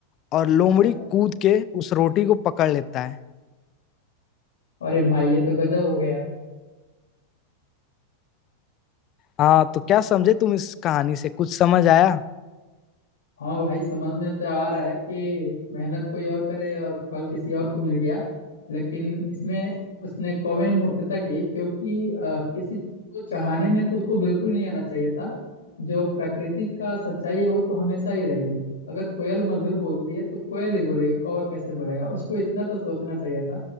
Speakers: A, on the left (about 35°); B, on the left (about 65°).
A: और लोमड़ी
B: अच्छा
A: कूद के उस रोटी को पकड़ लेता है
B: अरे भाई ये तो गजब हो गया
A: हाँ तो क्या समझे तुम इस कहानी से कुछ समझ आया
B: हाँ भाई समझ में तो आ रहा है कि मेहनत कोई और करे और फल किसी और को मिल गया लेकिन इसमें उसने कौवे ने मूर्खता की क्योंकि अ, किसी को चाहने में तो उसको बिल्कुल नहीं आना चाहिए था जो प्रकृति का सच्चाई है वो तो हमेशा ही रहेगी अगर कोयल मधुर बोलती है तो कोयल ही बोलेगा कौवा कैसे बोलेगा उसको इतना तो सोचना चाहिए था